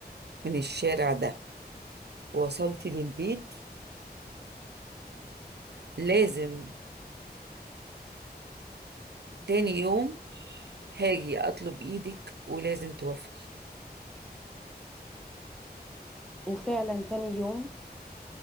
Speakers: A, on the right (about 75°); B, in the centre.
A: من الشارع ده ووصلتي للبيت لازم تاني يوم هاجي أطلب إيدك ولازم توافقي
B: وفعلا تاني يوم